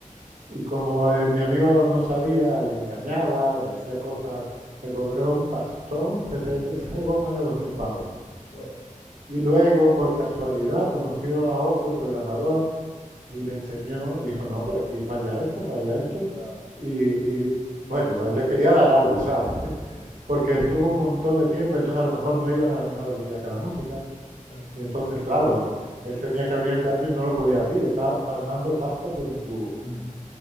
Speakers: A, on the right; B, on the left.
A: Y como eh, mi amigo no sabía, le engañaba, le decía cosas, le cobró un pastón, se, se, se llevó más de dos mil pavos.
B: Joder,
A: Y luego, por casualidad, conoció a otro programador y le enseñó, dijo, no, pero aquí falla esto, falla esto.
B: ah,
A: Y, y, bueno, le quería dar algo, ¿sabes? <laughs>
B: ah,
A: Porque estuvo un montón de tiempo, entonces a lo mejor no iban a la misma velocidad que la música.
B: ah,
A: Y entonces, claro, él tenía que abrir el teatro y no lo podía abrir, estaba palmando pasta por un tubo.
B: mm,